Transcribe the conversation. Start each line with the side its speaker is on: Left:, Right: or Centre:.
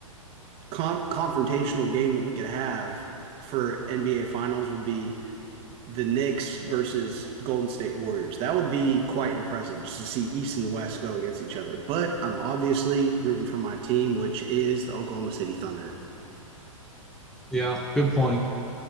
Right: con confrontational game that we could have for NBA Finals would be the Knicks versus Golden State Warriors. That would be quite impressive just to see East and West go against each other. But I'm obviously rooting for my team, which is the Oklahoma City Thunder.
Centre: Yeah, good point.